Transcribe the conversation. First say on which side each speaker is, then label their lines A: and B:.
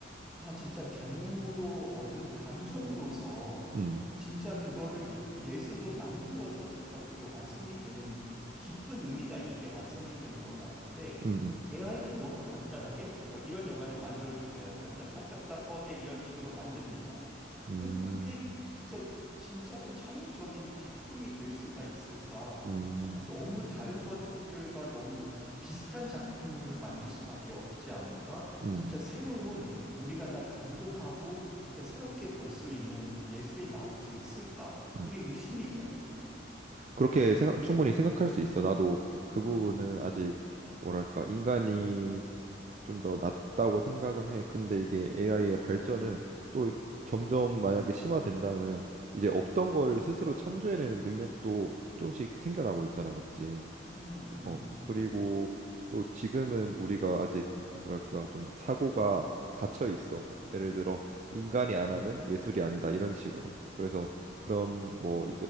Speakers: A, in the centre; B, on the right (about 35°).
A: 아, 진짜 경험으로 얻은 감정으로서
B: 음,
A: 진짜 그거를 예, 예술로 만들어서 진짜 그게 완성이 되는 깊은 의미가 있게 완성이 되는 것 같은데
B: 음,
A: AI는 너무 간단하게 뭐 이런 영화를 만들어 주세요. 그러면은 딱딱딱 어, 네, 이런 식으로 만듭니다.
B: 음,
A: 그럼
B: 음,
A: 그게 진짜 진짜로 창의적인 작품이 될 수가 있을까?
B: 음, 음.
A: 좀 너무 다른 것들과 너무 비슷한 작품을 만들 수밖에 없지 않을까?
B: 음.
A: 진짜 새로운 우리가 다 감동하고 진짜 새롭게 볼 수 있는 예술이 나올 수 있을까?
B: 음.
A: 그게 의심이 돼.
B: 그렇게 생각, 충분히 생각할 수 있어. 나도 그 부분은
A: 음,
B: 아직 뭐랄까 인간이 좀 더 낫다고 생각은 해. 근데 이게 AI의 발전은 또 점점 만약에 심화된다면 이제 없던 거를 스스로 창조해내는 능력도 조금씩 생겨나고 있잖아, 맞지?
A: 음,
B: 그-
A: 음,
B: 어, 그리고 또 지금은 우리가 아직 뭐랄까 좀 사고가 갇혀 있어. 예를 들어 인간이 안 하면 예술이 아니다 이런 식으로. 그래서 그런 뭐